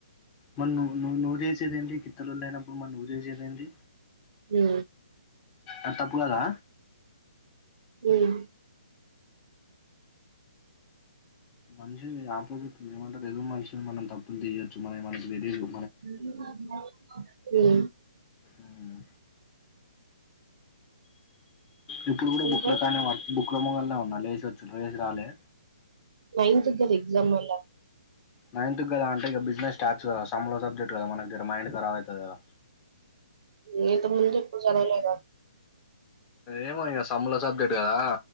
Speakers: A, on the left; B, on the right.
A: మన్ నువ్ ను చేసింద్ ఇత్తలలో లేనప్పుడు మన్ నువ్ చేసేది ఏంది
B: మ్
A: ఆ తప్పు కదా
B: మ్
A: మనిషి ఆపోజిట్ ఉంది ఏమంటే రదు మనిషిని మనం తప్పులు తీయొచ్చు మన మన లేడీస్లు
B: మ్
A: మ్ ఇప్పుడు కూడా
B: ఇంకా
A: బుక్ల కానీ బుక్ రమ్ల్లనే ఉన్నా లే చలోవేసిరాలే
B: నైన్త్ ద ఎగ్జామ్ అలా
A: నైన్త్ కదా అంటే ఇక బిజినెస్ స్టార్ట్స్ కదా సమ్లో సబ్జెక్ట్ కదా మన దర మైండ్ కరాబ్ అవుతది కదా
B: ఏతే ముంజప జనలేగ
A: ఏమో ఇంక సమ్ముల సబ్జెక్ట్ కదా